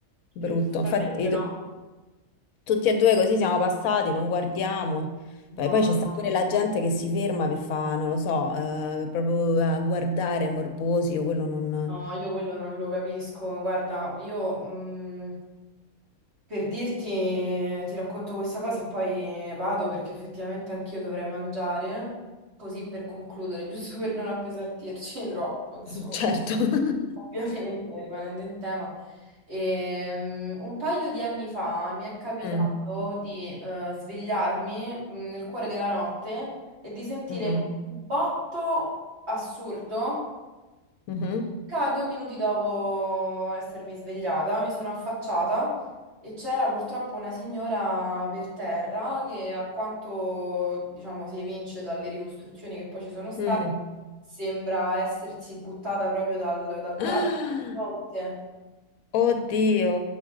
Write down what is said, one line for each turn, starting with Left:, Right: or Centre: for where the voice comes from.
Left: brutto.
Right: Ufficialmente
Left: Infatti,
Right: no.
Left: tu- tutti e due così siamo passati, non guardiamo.
Right: No,
Left: Poi, poi c'è sta
Right: no.
Left: pure la gente che si ferma per fare, non lo so, eh, proprio a guardare morbosi, io quello non...
Right: No, io quello non lo capisco. Guarda, io, mm, per dirti, ti racconto questa cosa e poi vado perché effettivamente anch'io dovrei mangiare, così per concludere, <laughs> giusto per non appesantirci <laughs> troppo, insomma,
Left: <laughs> Certo. <laughs>
Right: ovviamente rimanendo in tema. Ehm, un paio di anni fa mi è capitato
Left: Mm,
Right: di eh, svegliarmi mh, nel cuore della notte e di sentire
Left: mhm,
Right: un botto assurdo.
Left: mhm,
Right: Circa due minuti dopo essermi svegliata, mi sono affacciata e c'era purtroppo una signora per terra che, a quanto diciamo si evince dalle ricostruzioni che poi ci sono state,
Left: mm.
Right: sembra essersi buttata proprio dal, dal palazzo
Left: Ah,
Right: di fronte.
Left: oddio.